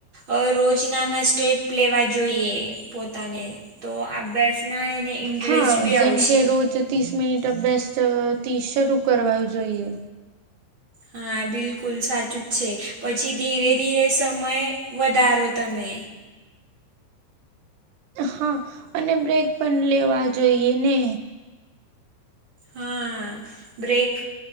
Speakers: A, on the right; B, on the right.
A: અ રોજ નાના સ્ટેપ લેવા જોઈએ પોતાને તો અભ્યાસમાં એને ઇન્ટરેસ્ટ
B: હા
A: બી
B: જેમ
A: આવશે.
B: કે રોજ ત્રીસ મિનિટ અભ્યાસથી શરૂ કરવા જોઈએ.
A: હા બિલકુલ સાચું જ છે પછી, ધીરે ધીરે સમય વધારો તમે.
B: હા અને બ્રેક પણ લેવા જોઈએ ને. <inaudible>
A: હા બ્રેક